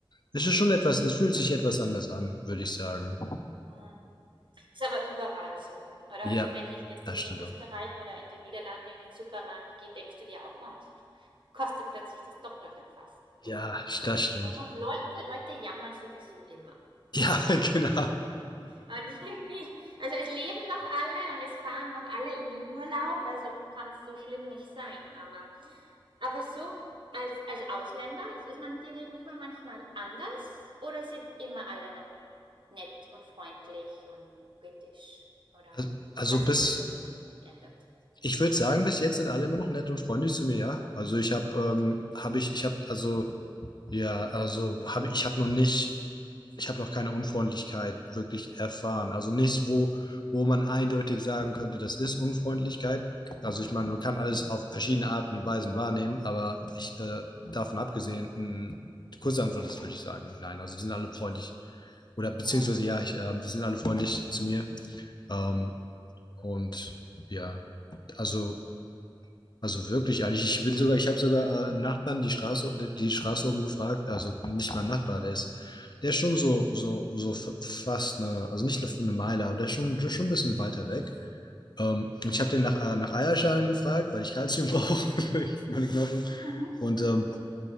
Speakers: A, on the left; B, on the right.
A: es ist schon etwas, es fühlt sich etwas anders an, würde ich sagen.
B: Mhm. Ist aber überall so, oder?
A: Ja,
B: Also, wenn ich jetzt
A: das
B: in
A: stimmt
B: in Österreich
A: auch.
B: oder in den Niederlanden in den Supermarkt gehe, denkst du dir auch: „Oh, es kostet plötzlich das Doppelte fast.“ Und
A: Ja, das stimmt.
B: und und Leute Leute jammern sowieso immer,
A: Ja,
B: ha.
A: <laughs> genau.
B: Und <laughs> irgendwie also, es leben noch alle und es fahren noch alle in den Urlaub, also kann es so schlimm nicht sein. Aber aber so als als Ausländer, ist ist man dir gegenüber manchmal anders oder sind immer alle noch nett und freundlich und und britisch, oder
A: Also, also
B: hat
A: bis,
B: sich das ändert.
A: ich würde sagen, bis jetzt sind alle immer noch nett und freundlich zu mir, ja. Also ich habe, ähm, habe ich, ich habe, also Ja, also habe ich habe noch nicht, ich habe noch keine Unfreundlichkeit wirklich erfahren. Also nichts, wo, wo man eindeutig sagen könnte, das ist Unfreundlichkeit. Also ich meine, man kann alles auf verschiedene Arten und Weisen wahrnehmen, aber ich äh, davon abgesehen, mh, die kurze Antwort ist, würde ich sagen, nein. Also die sind alle freundlich oder beziehungsweise
B: Mhm.
A: ja, ich, äh, die sind alle freundlich zu mir. Ähm, und ja, also also wirklich eigentlich. Ich bin sogar, ich habe sogar äh, einen Nachbarn die Straße, die Straße oben gefragt, also nicht mein Nachbar, der ist, der ist schon so, so, so f- fast eine, also nicht eine, eine Meile, aber der ist schon, schon ein bisschen weiter weg. Ähm, ich habe den nach, äh, nach Eierschalen gefragt, weil ich Kalzium <laughs> brauche für meine Knochen.
B: Mhm.
A: Und ähm,